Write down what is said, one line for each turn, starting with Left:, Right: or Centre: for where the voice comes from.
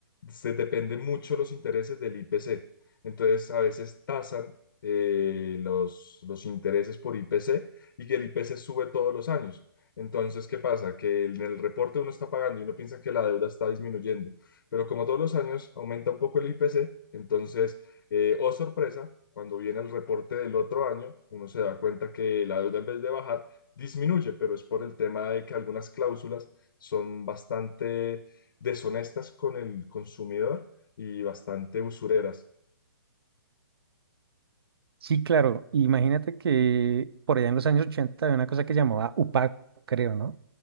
Left: se dependen mucho los intereses del IPC. Entonces, a veces tasan eh, los, los intereses por IPC y que el IPC sube todos los años. Entonces, ¿qué pasa? Que en el reporte uno está pagando y uno piensa que la deuda está disminuyendo, pero como todos los años aumenta un poco el IPC, entonces eh, oh sorpresa, cuando viene el reporte del otro año, uno se da cuenta que la deuda en vez de bajar, disminuye, pero es por el tema de que algunas cláusulas son bastante deshonestas con el consumidor y bastante usureras.
Right: Sí, claro. Imagínate que por allá en los años 80 había una cosa que llamaba UPAC, creo, ¿no?